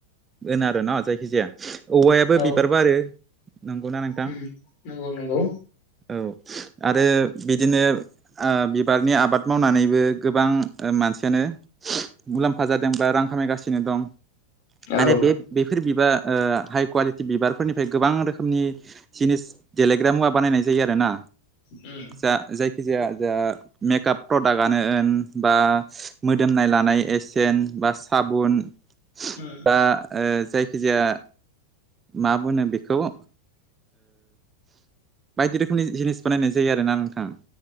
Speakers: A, on the right; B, on the left.
A: <unintelligible> आरो न जायखिजाया औवायाबो
B: औ
A: बिबार बारो नंगौना नोंथां।
B: उम नंगौ नंगौ।
A: औ आरो बिदिनो ओ बिबारनि आबाद मावनानैबो गोबां मानसियानो मुलाम्फा जादों बा रां खामायगासिनो दं आरो
B: औ
A: बे बेफोर बिबार ओ हाइ कुवालिटि बिबारफोरनिफ्राय गोबां रोखोमनि जिनिस देलायग्रा मुवा बानायनाय जायो आरो ना।
B: उम
A: दा जायखिजाया <unintelligible> मेकाप प्रडाक्टआनो होन बा मोदोमनाय लानाय एसेन बा साबुन।
B: उम
A: दा ओ जायखि जाया मा बोनो बेखौ ओ बायदि रोखोमनि जिनिस बानायनाय जायो आरोना नोंथां।